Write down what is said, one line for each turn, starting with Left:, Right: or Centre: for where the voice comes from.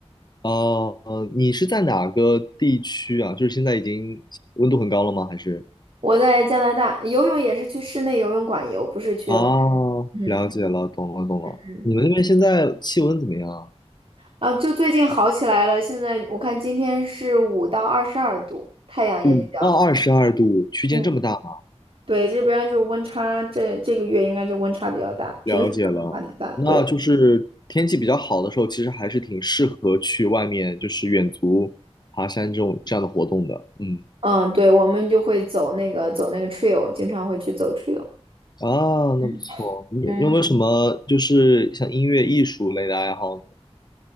Left: 哦，呃你是在哪个地区啊？就是现在已经温度很高了吗？还是？
Right: 我在加拿大游泳也是去室内游泳馆游，不是去海。
Left: 哦，
Right: 嗯
Left: 了解了，懂了，懂了。
Right: 嗯，
Left: 你们那边现在气温怎么样啊？
Right: 啊，就最近好起来了。现在我看今天是五到二十二度，太阳也比较好。
Left: 五到二十二度区间这么大吗？
Right: 嗯，对，这边就温差，这这个月应该就温差比较大，平时可温差挺大。
Left: 了解了，那就是天气比较好的时候，
Right: 对，
Left: 其实还是挺适合去外面，就是远足、爬山这种这样的活动的。嗯，
Right: 嗯，对，我们就会走那个走那个 trail，经常会去走 trail。
Left: 啊，
Right: 嗯
Left: 那不错。你有没有什么就是像音乐、
Right: 嗯，
Left: 艺术类的爱好呢？